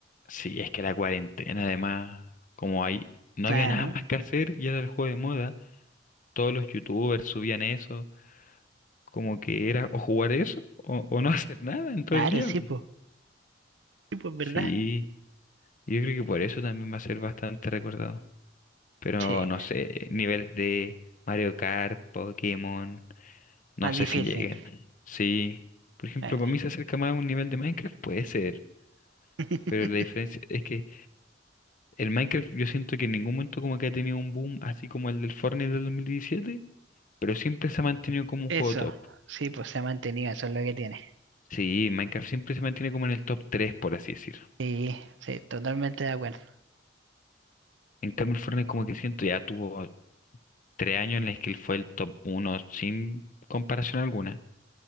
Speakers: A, on the left; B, on the right.
A: sí, es que la cuarentena, además, como ahí no
B: Claro,
A: había nada más que hacer y era el juego de moda, todos los youtubers subían eso, como que era o jugar eso o, o no <laughs> hacer nada en todo
B: claro,
A: el día.
B: sí, pues. Sí, pues, ¿verdad?
A: Sí, yo creo que por eso también va a ser bastante recordado. Pero
B: Sí,
A: no sé, niveles de Mario Kart, Pokémon, no
B: más
A: sé
B: difícil.
A: si lleguen. Sí, por ejemplo,
B: Eh.
A: para mí se acerca más a un nivel de Minecraft, puede ser.
B: <laughs>
A: Pero la diferencia es que el Minecraft yo siento que en ningún momento como que ha tenido un boom así como el del Fortnite del 2017, pero siempre se ha mantenido como un
B: Eso,
A: juego top.
B: sí, pues se ha mantenido, eso es lo que tiene.
A: Sí, Minecraft siempre se mantiene como en el top 3 por así decir.
B: Sí, sí, totalmente de acuerdo.
A: En cambio, el Fortnite como que siento ya tuvo tres años en los que él fue el top uno sin comparación alguna,